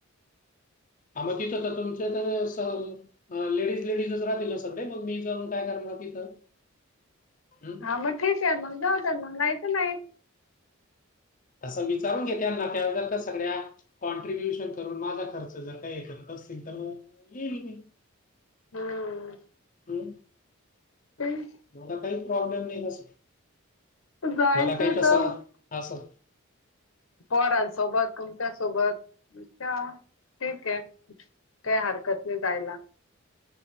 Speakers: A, on the left; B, on the left.
A: हा म तिथं तर तुमचे तर सह अ लेडीज लेडीजच राहतील ना सगळे मग, मी जाऊन काय करणार तिथं हं
B: हा म ठीक हाय मंग जाऊदया मंग नाय त नाय
A: तसं विचारून घे त्यांना त्या <unintelligible> का सगळ्या काँट्रीब्युशन करून माझा खर्च जर काय हे करत असतील तर येईल मी
B: हम्म
A: <unintelligible>
B: पण
A: मला काही प्रॉब्लेम नाही असं,
B: जायचं
A: मला काही तसा
B: तर
A: असं
B: पोरांसोबत, तुमच्या सोबत म च्या ठीक ये. काय हरकत नाय जायला.